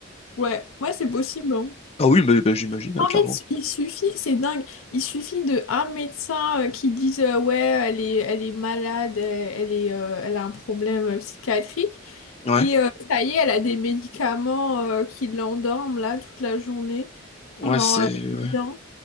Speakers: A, on the left (about 80°); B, on the left (about 30°).
A: Ouais, ouais, c'est possible, hein.
B: Ah oui, mais bah, j'imagine avec
A: En
B: l'argent.
A: fait, il suffit, c'est dingue, il suffit de un médecin euh, qui dise euh, ouais, elle est, elle est malade, euh, elle est, euh, elle a un problème euh, psychiatrique,
B: Ouais,
A: et euh, ça y est, elle a des médicaments euh, qui l'endorment là toute la journée pendant
B: ouais, c'est...
A: euh, 10
B: ouais.
A: ans.